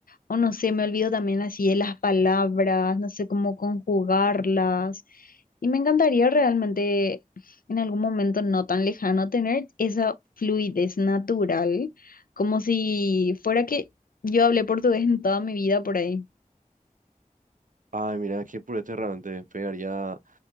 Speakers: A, on the left (about 85°); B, on the right (about 65°).
A: o no sé, me olvido también así de las palabras, no sé cómo conjugarlas. Y me encantaría realmente en algún momento no tan lejano tener esa fluidez natural, como si fuera que yo hablé portugués en toda mi vida por ahí.
B: Ay, mira, qué purete te pegaría,